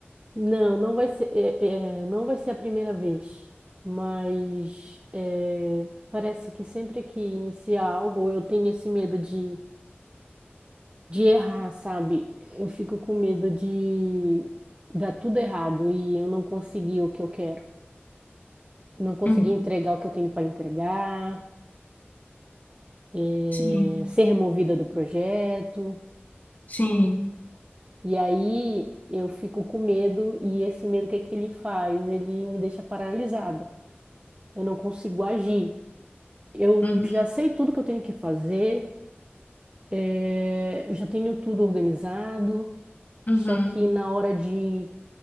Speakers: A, on the right; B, on the left.
A: Não, não vai ser, é, é, não vai ser a primeira vez, mas é, parece que sempre que inicia algo eu tenho esse medo de, de errar, sabe? Eu fico com medo de dar tudo errado e eu não conseguir o que eu quero, não conseguir
B: Uhum,
A: entregar o que eu tenho para entregar, é,
B: Sim,
A: ser removida do projeto.
B: sim.
A: E aí eu fico com medo e esse medo, o que é que ele faz? Ele me deixa paralisada. Eu não consigo agir. Eu
B: Uhum,
A: já sei tudo que eu tenho que fazer, eh, eu já tenho tudo organizado,
B: uhum,
A: só que na hora de